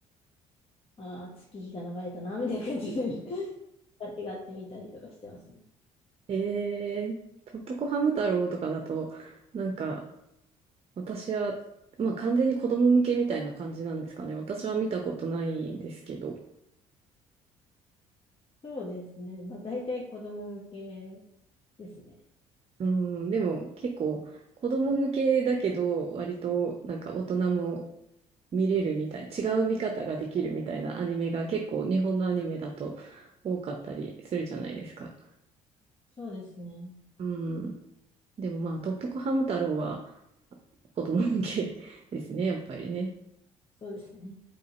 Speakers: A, on the left (about 35°); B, on the right (about 40°).
A: ああ、月日が流れたな、みたいな感じで <laughs> 間違ってみ <laughs> たりとかしてますね。
B: えー、とっとこハム太郎とかだと、なんか、私は、まあ完全に子供向けみたいな感じなんですかね。私は見たことないですけど。
A: そうですね。まあ、大体子供向けですね。
B: うん、でも結構子供向けだけど、割となんか大人も見れるみたい、違う見方ができるみたいなアニメが結構日本のアニメだと多かったりするじゃないですか。
A: そうですね。
B: うん、でもまあ、とっとこハム太郎は子供向け <laughs> ですね、やっぱりね。
A: そうですね。